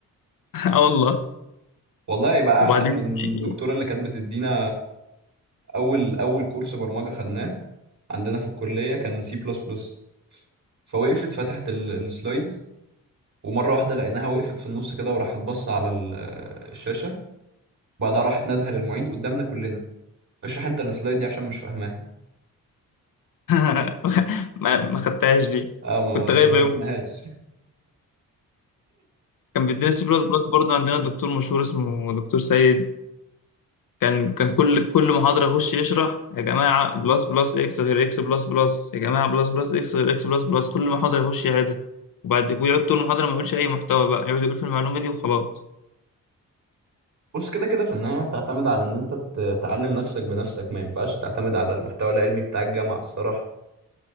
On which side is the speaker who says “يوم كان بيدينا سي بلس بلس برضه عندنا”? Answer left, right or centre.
Left